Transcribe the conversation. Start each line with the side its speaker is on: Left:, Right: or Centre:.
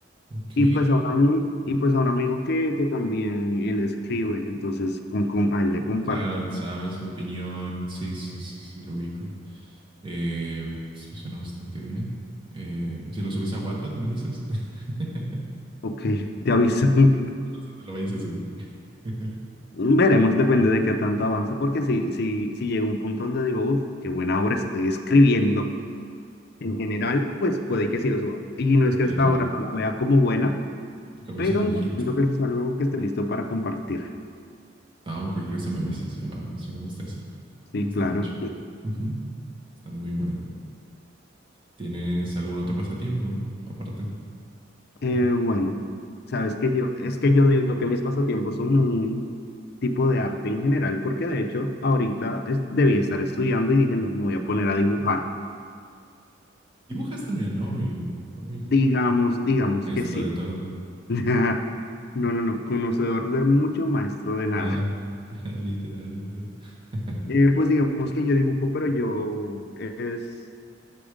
Right: ok.
Left: Y pues a un, ami- y pues a un amigo que, que también él escribe. Entonces con, con, a él le comparto.
Right: Claro, sabes, su opinión. Sí, sí, sí, sí, lo ubico. Eh, pues, suena bastante bien. Eh, si lo subes a Wattpad, me avisas. <laughs>
Left: Ok, te aviso. <laughs>
Right: No sé dónde lo vayas a subir. <laughs>
Left: Veremos, depende de qué tanto avance. Porque si, si, si llega un punto donde digo, uff, qué buena obra estoy escribiendo. En general, pues puede que sí lo suba. Y no es que
Right: El,
Left: hasta
Right: co-
Left: ahora no la vea como buena,
Right: el comienzo
Left: pero
Right: de un
Left: no
Right: hit.
Left: siento que eso es algo que esté listo para compartir.
Right: No, cualquier cosa me avisas. Ya, a mí sí me gusta eso.
Left: Sí,
Right: Me gusta
Left: claro.
Right: mucho. Ujú, Está muy bueno. ¿Tienes algún otro pasatiempo aparte?
Left: Eh, bueno, sabes que yo, es que yo digo que mis pasatiempos son un tipo de arte en general, porque de hecho ahorita es- debía estar estudiando y dije, no, me voy a poner a dibujar.
Right: Dibujas también, ¿no? Uy, uy,
Left: Digamos, digamos
Right: maestro
Left: que sí.
Right: de todo.
Left: <laughs> No, no, no, conocedor de mucho, maestro de nada.
Right: Ah, <laughs> literal, literal. <laughs>
Left: Eh, pues digamos que yo dibujo, pero yo es